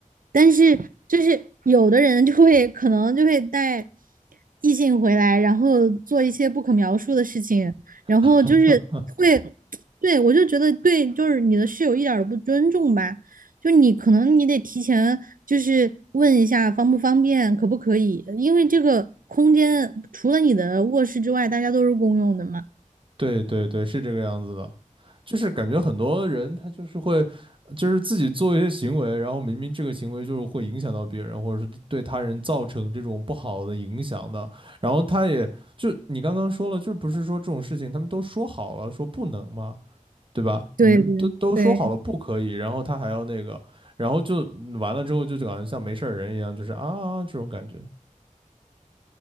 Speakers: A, on the right; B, on the right.
A: 但是就是有的人就会可能就会带异性回来，然后做一些不可描述的事情，然后就是会，
B: <laughs>
A: 对，我就觉得对，就是你的室友一点儿都不尊重吧，就你可能你得提前就是问一下方不方便，可不可以，因为这个空间除了你的卧室之外，大家都是公用的嘛。
B: 对对对，是这个样子的。就是感觉很多人他就是会，就是自己做一些行为，然后明明这个行为就是会影响到别人，或者是对他人造成这种不好的影响的，然后他也就你刚刚说了，就是不是说这种事情他们都说好了说不能吗？对吧？
A: 对对对。
B: 你们都都说好了不可以，然后他还要那个，然后就完了之后就感觉像没事儿人一样，就是啊这种感觉，